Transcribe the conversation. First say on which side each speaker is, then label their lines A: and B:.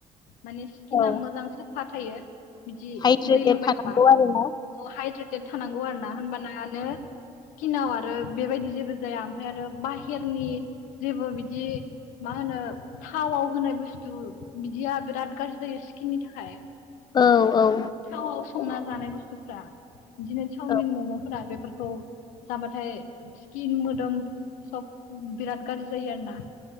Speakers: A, on the left; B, on the left.
A: माने स्किना
B: औ
A: मोजां साफा थायो। बिदि
B: हाइद्रेटेड
A: दै लोंबाय
B: थानांगौ
A: थाबा।
B: आरोना
A: औ हाइद्रेटेड थानांगौ आरो ना होनबानानो स्किनाव आरो बेबायदि जेबो जाया। ओमफ्राय आरो बाहेरनि जेबो बिदि मा होनो थावआव होनाय बुस्थु बिदिया बिराद गाज्रि जायो स्किननि थाखाय।
B: औ, औ।
A: थावआव संना जानाय बुस्थुफ्रा बिदिनो सावमिन,
B: औ
A: मम'फोरा बेफोरखौ जाबाथाय स्किन मोदोम सब बिराद गाज्रि जायो आरो ना।